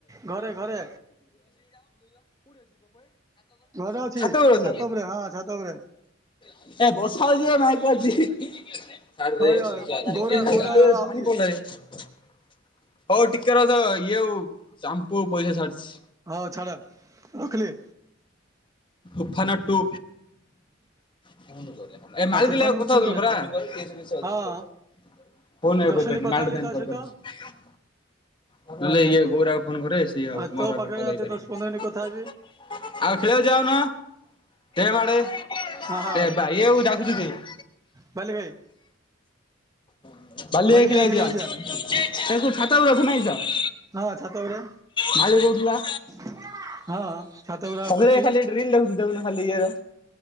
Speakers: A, on the right; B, on the left.
A: ଘରେ ଘରେ ଘରେ ଅଛି
B: <unintelligible> ଅଛ?
A: ଛାତ ଉପରେ ହଁ ଛାତ ଉପରେ।
B: <unintelligible>
A: ହଁରେ
B: <inaudible>
A: ଗୌରା ଗୌରା ଆଉଛି
B: ହଉ ଟିକେ ର ତ ଇଏ ଆଉ ସାମ୍ପୁ ଆଉ ପଇସା ଛାଡିଛି।
A: ହଁ ଛାଡ ରଖିଲି।
B: ଉଫାନା ଟୁ। <unintelligible>
A: ହଁ ତୋଫାନକୁ ଫୋନ କରେ ହଁ
B: <unintelligible>
A: ଦଶ ମିନିଟ୍ କଥା ହେଲି ତା ସହିତ
B: ବହଲେ ଇଏ ଗୌରାକୁ ଫୋନ କରେ ସିଏ
A: ଆଉ ତୋ
B: ମୋର
A: ପାଖରେ
B: କଲ୍
A: ଆତେ
B: ହେଇ ପାରିବି।
A: ଦଶ ପନ୍ଦର ମିନିଟ୍ କଥା ହେବି
B: ଆଉ ଖେଳିବାକୁ ଯାଉନ? ଏ ବାଡେଇ <unintelligible>
A: ହଁ ହଁ ବାଲି ଭାଇ
B: <unintelligible>
A: ବାଲି ଭାଇ ଖେଳିବାକୁ ଯିବା ହଁ ଛାତ ଉପରେ।
B: ମାଳି କହୁଥିଲୁ ବା।
A: ହଁ। ଛାତ ଉପରେ
B: ସବୁଳେ
A: ବସିଛି
B: ଖାଲି ରିଲ ଦେଖୁଚି ଦେଖୁନୁ ଖାଲି ଇଏ ରା।